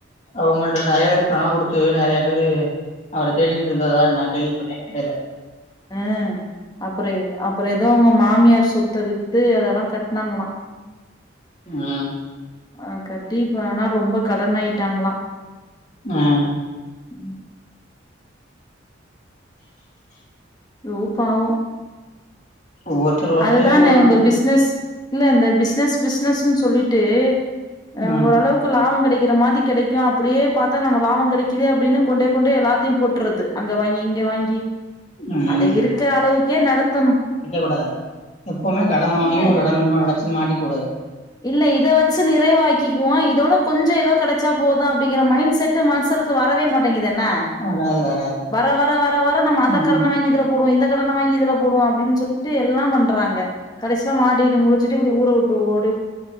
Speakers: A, on the left; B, on the left.
A: அவங்கள்ட்ட நெறைய பேரு பணோ குடுத்து நெறைய பேரு அவர தேடிக்கிட்டு இருந்ததா நா கேள்விப்பட்டே கடைல
B: ம் அப்புற அப்புற எதோ அவங்க மாமியார் சொத்த வித்து அதெல்லா கட்னாங்களா.
A: ம்
B: ஆ கட்டி இப்ப ஆனா ரொம்ப கடன் ஆயிட்டாங்களா
A: ம்
B: ம் ஐயோ பாவோ
A: ஒவ்வொருத்தர் வாழ்க்கையு
B: அதுதானே
A: ஒவ்வொரு
B: அந்த பிசினஸ் இல்ல அந்த பிசினஸ் பிசினஸ்ன்னு சொல்லிட்டு ஆ
A: ம்
B: ஓரளவுக்கு லாபோ கெடைக்கிற மாரி கெடைக்கு அப்படியே பாத்தா நம்ம லாபோ கெடைக்குதே அப்டின்னு கொண்டே கொண்டே எல்லாத் தையு போட்டுறது அங்க வாங்கி இங்க வாங்கி
A: ம்
B: அத இருக்க அளவுக்கே நடத்தணு
A: கூடாது எல்லா எப்பவுமே கடன வாங்கி
B: இல்ல
A: ஒரு கடன இன்னொரு கட ச்சு மாட்டிக்க கூடாது
B: இல்ல இத வச்சு நிறைவாக்கிக்குவோ இதவிட கொஞ்சோ எதோ கெடைச்சா போது அப்டிங்கிற மைண்ட் செட் டு மனுசங்ளுக்கு வரவே மாட்டேங்கு துன்னா
A: வராது வராது
B: வர வர வர வர நம்ம அந்த
A: ம்
B: கடன வாங்கி இதுல போடுவோ இந்த கடன வாங்கி இதுல போடுவோ அப்டின்னு சொல்லிட்டு எல்லாம் பண்றாங்க கடைசி ல மாட்டிக்கிட்டு முழிச்சுட்டு இப்டி ஊர விட்டு ஓடி